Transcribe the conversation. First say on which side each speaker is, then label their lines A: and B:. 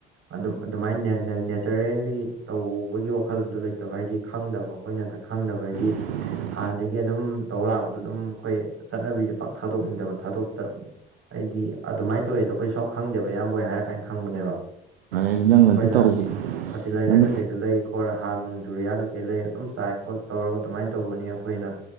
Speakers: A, on the right (about 50°); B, on the right (about 80°).
A: ꯑꯗꯨꯝ ꯑꯗꯨꯃꯥꯏꯅ ꯅꯦꯆꯔꯦꯜꯂꯤ ꯇꯧꯕꯒꯤ ꯋꯥꯈꯜꯗꯣ ꯂꯩꯇꯕ ꯍꯥꯏꯗꯤ ꯈꯪꯗꯕ ꯑꯩꯈꯣꯏꯅꯗ ꯈꯪꯗꯕ ꯍꯥꯏꯗꯤ
B: <inaudible>
A: ꯍꯥꯟꯅꯗꯒꯤ ꯑꯗꯨꯝ ꯇꯧ ꯂꯥꯛꯄꯗ ꯑꯗꯨꯝ ꯑꯩꯈꯣꯏ ꯆꯠꯅꯕꯤꯁꯦ ꯄꯥꯛ ꯊꯥꯗꯣꯛꯅꯤꯡꯗꯕ ꯊꯥꯗꯣꯛꯇ ꯑꯩꯗꯤ ꯑꯗꯨꯃꯥꯏꯅ ꯇꯧꯋꯦꯗꯣ ꯑꯩꯈꯣꯏ ꯁꯥꯎ ꯈꯪꯗꯦꯕ ꯏꯌꯥꯝꯕꯣꯏ ꯍꯥꯏꯔ ꯀꯥꯏꯅ ꯈꯪꯕꯅꯦꯕ ꯑꯩꯈꯣꯏꯅ
B: ꯑꯗꯨ ꯅꯪ ꯑꯗꯨ ꯇꯧꯔꯨꯕꯗ
A: ꯐꯔꯇꯤꯂꯥꯏꯖꯔ
B: ꯅꯪ
A: ꯀꯩꯀꯩꯗꯣ ꯂꯩ ꯑꯩꯈꯣꯏꯔ ꯍꯥꯔ ꯅꯨꯡꯖꯔꯤꯌꯥ ꯀꯩꯀꯩ ꯂꯩꯔ ꯑꯗꯨꯝ ꯆꯥꯏ ꯈꯣꯠ ꯇꯧꯔꯒ ꯑꯗꯨꯃꯥꯏꯅ ꯇꯧꯕꯅꯤ ꯑꯩꯈꯣꯏ ꯑꯩꯈꯣꯏꯅ